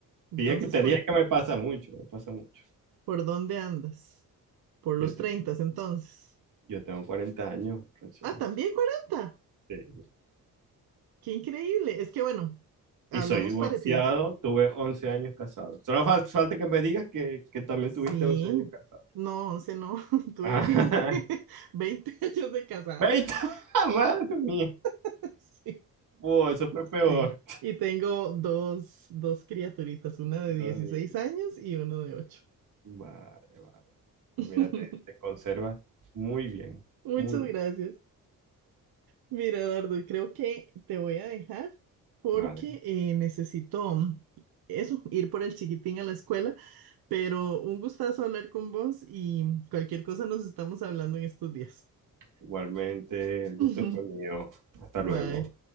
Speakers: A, on the right; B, on the right.
A: <laughs> Entonces,
B: Dije que te
A: ¿por,
B: dije que me pasa mucho, me pasa mucho.
A: por dónde andas? Por
B: Yo
A: los
B: tengo,
A: treintas entonces.
B: yo tengo 40 años, Francela.
A: Ah, también cuarenta
B: Sí.
A: Qué increíble. Es que bueno, hablamos
B: Y soy divorciado,
A: parecidos.
B: tuve 11 años casado. Solo fal- falta que me digas que, que también
A: Sí,
B: tuviste 11 años casado.
A: no, 11 no, <laughs> tuve
B: Ah, <laughs>
A: 20 <laughs> 20 años de casada.
B: ¡Veita! <laughs> ¡Madre mía!
A: <laughs> Sí,
B: Wow, eso fue peor.
A: sí. Y tengo dos, dos criaturitas, una
B: Dos
A: de 16
B: niños.
A: años y uno de ocho
B: Vale, vale. Pues
A: <laughs>
B: mira, te, te conservas muy bien,
A: Muchas
B: muy bien.
A: gracias. Mira, Eduardo, creo que te voy a dejar porque
B: Vale.
A: eh, necesito mm, eso, ir por el chiquitín a la escuela, pero un gustazo hablar con vos y cualquier cosa nos estamos hablando en estos días.
B: Igualmente, el
A: <laughs>
B: gusto fue mío. Hasta
A: Bye.
B: luego.